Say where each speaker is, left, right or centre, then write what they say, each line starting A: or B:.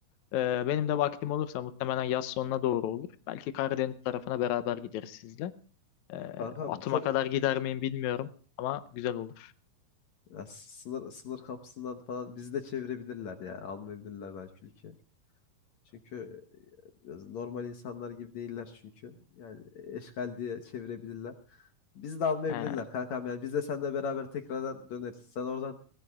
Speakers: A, on the left; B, on the left.
A: Ee, benim de vaktim olursa muhtemelen yaz sonuna doğru olur. Belki Karadeniz tarafına beraber gideriz sizle. Ee,
B: kankam
A: Batum'a
B: çok
A: kadar gider miyim bilmiyorum ama güzel olur.
B: ya, sınır sınır kapısından falan bizi de çevirebilirler ya. Almayabilirler belki ülke. Çünkü e, biraz normal insanlar gibi değiller çünkü. Yani eşkal diye çevirebilirler. Bizi de almayabilirler
A: He,
B: kankam yani. Biz de seninle beraber tekrardan döneriz. Sen oradan